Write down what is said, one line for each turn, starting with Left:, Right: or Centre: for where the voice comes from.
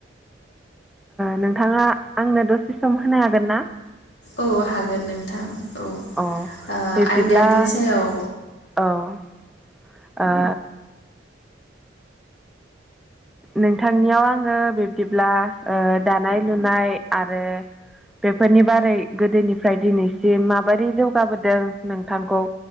Centre: नोंथाङा आंनो दसे सम होनो हागोन ना
Left: औ हागोन नोंथां। औ
Centre: अ
Left: ओ
Centre: बिब्दिब्ला
Left: आयदानि सायाव
Centre: औ। ओ नोंथांनियाव आङो बिब्दिब्ला ओ दानाय लुनाय आरो। बेफोरनि बारै गोदोनिफ्राय दिनैसिम माबादि जौगाबोदों नोंथांखौ